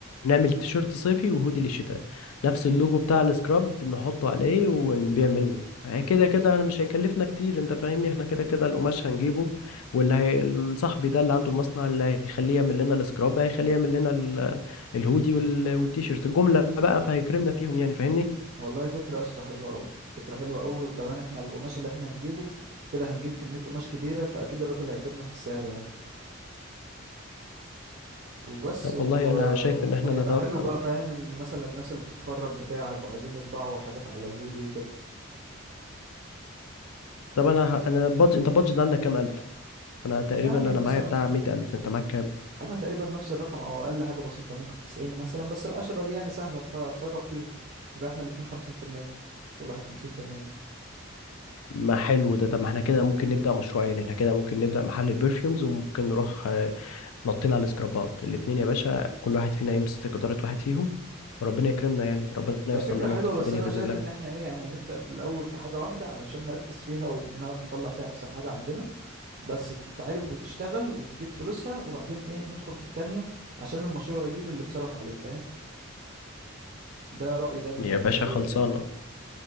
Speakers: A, on the left; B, on the right.
A: نعمل تيشيرت صيفي وهودي للشتاء نفس اللوجو بتاع السكراب نحطه عليه ونبيع منه يعني كده كده انا مش هيكلفنا كتير انت فاهمني احنا كده كده القماش هنجيبه واللي هي صاحبي ده اللي عنده المصنع اللي هيخليه يعمل لنا السكراب هيخليه يعمل لنا ال- الهودي وال- والتيشيرت جملة بقى فهيكرمنا فيهم يعني فاهمني
B: والله فكرة يا اسطى حلوة أوي فكرة حلوة أوي وكمان احنا القماش اللي احنا هنجيبه كده هنجيب كمية قماش كبيرة فأكيد الراجل هيكرمنا في السعر يعني وبس
A: طب
B: و...
A: والله انا شايف ان
B: وهيبقى
A: احنا نتوكل
B: حلو بقى
A: على الله.
B: فاهم ال- مثلا الناس اللي بتتخرج بتاع هيبقوا عايزين يطبعوا حاجات على الهودي وكده
A: طب انا ه- انا بادج... انت بادجت عندك كام الف انا تقريبا
B: يعني
A: انا
B: مثلا
A: معايا بتاع مية الف انت معاك كام
B: أنا تقريبا نفس الرقم أو أقل حاجة بسيطة ممكن تسعين مثلا بس العشرة دي يعني سهلة أتف- أتصرف فيها نبقى احنا الاتنين خمسين في المية كل واحد خمسين في المية
A: ما حلو ده طب ما احنا كده ممكن نبدأ مشروعين احنا كده ممكن نبدأ محل البرفيومز وممكن نروح آه، نطينا على السكرابات الاتنين يا باشا كل واحد فينا يمسك إدارة واحد فيهم وربنا يكرمنا يعني ربنا
B: هي
A: يوصل
B: فكرة
A: لنا
B: حلوة
A: في
B: بس
A: الدنيا
B: أنا
A: بإذن
B: شايف
A: الله
B: إن احنا إيه يعني نبدأ في الأول في حاجة واحدة علشان نركز فيها ونعرف نطلع فيها أحسن حاجة عندنا بس تتعرف وتشتغل وتجيب فلوسها وبعدين ايه ندخل في التانية عشان المشروع يجيب اللي اتصرف عليه فاهم ده رأيي دايما
A: يا
B: في المشاريع
A: باشا خلصانة
B: يعني